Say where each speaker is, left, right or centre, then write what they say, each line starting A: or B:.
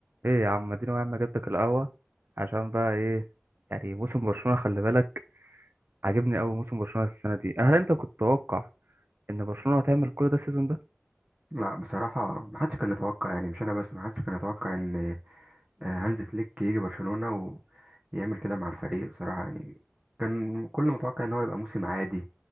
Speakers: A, on the right; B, on the right.
A: ايه يا عم اديني يا عم جبتك القهوة عشان بقى ايه يعني موسم برشلونة خلي بالك عاجبني قوي موسم برشلونة السنة دي هل انت كنت تتوقع ان برشلونة هتعمل كل ده السيزون ده
B: لا بصراحة محدش كان يتوقع يعني مش أنا بس محدش كان يتوقع إن آه، هانز فليك يجي برشلونة ويعمل كده مع الفريق بصراحة يعني كان كل متوقع إن هو يبقى موسم عادي